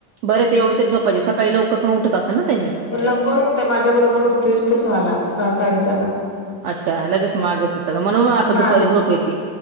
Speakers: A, on the right (about 80°); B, on the left (about 25°).
A: बरे ते एवढी तरी झोपायची सकाळी लवकर पण उठत असेल ना त्यानी?
B: लवकर उठतोय, माझ्या बरोबर उठतोयच तो सहाला, सहा साडेसहा ला
A: अच्छा लगेच मागेच सगळं, म्हणून मग आता
B: मागेच
A: दुपारी झोप येती